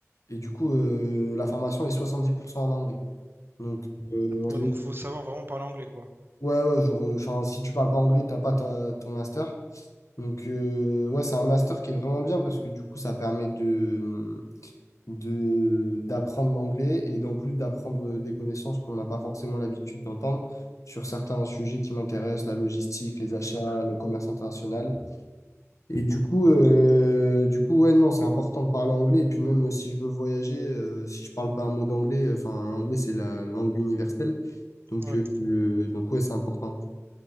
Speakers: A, on the left; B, on the right.
A: et du coup, euh, la formation est 70% en anglais. Donc, euh, on
B: Ouais,
A: est-
B: donc faut savoir vraiment parler anglais, quoi.
A: ouais, ouais, genre, euh, enfin, si tu parles pas anglais, t'as pas ta- ton master. Donc, euh, ouais, c'est un master qui est vraiment bien parce que du coup, ça permet de, de d'apprendre l'anglais et d'en plus d'apprendre des connaissances qu'on n'a pas forcément l'habitude d'entendre sur certains sujets qui m'intéressent, la logistique, les achats, le commerce international. Et du coup, euh, du coup, ouais, non, c'est important de parler anglais. Et puis même euh, si je veux voyager, euh, si je parle pas un mot d'anglais, euh, enfin, l'anglais, c'est la langue universelle. Donc,
B: Ouais,
A: euh, le- donc ouais, c'est important.